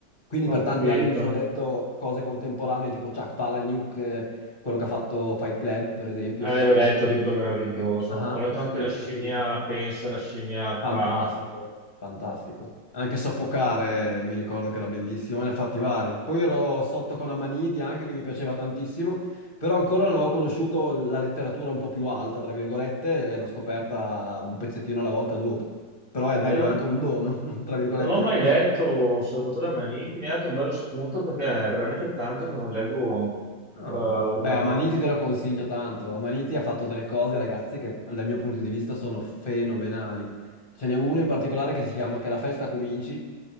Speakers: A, on the left; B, on the right.
A: Quindi
B: ho
A: per
B: capito.
A: tanti anni mi sono letto cose contemporanee tipo Chuck Palahniuk, eh, quello che ha fatto Fight Club, per esempio.
B: Eh, l'ho letto, il libro meraviglioso.
A: Ah,
B: Ho letto
A: <laughs>
B: anche
A: bellissimo,
B: La scimmia pensa, la scimmia
A: fantastico,
B: fa.
A: fantastico. Anche Soffocare mi ricordo che era bellissimo, ne ha fatti vari. Poi ero sotto con Amaniti anche, che mi piaceva tantissimo, però ancora non avevo conosciuto la letteratura un po' più alta, tra virgolette, e l'ho scoperta un pezzettino alla volta dopo. Però è bello,
B: Eh,
A: è anche un dono, <laughs> tra virgolette,
B: Non l'ho mai
A: ma questa
B: letto Salvatore Amaniti, mi ha dato un bello spunto perché è veramente tanto che non leggo
A: Ah,
B: eh, una...
A: Beh, Amaniti te lo consiglio tanto. Amaniti ha fatto delle cose, ragazzi, che dal mio punto di vista sono fenomenali. Ce n'è uno in particolare che si chiama Che la festa cominci.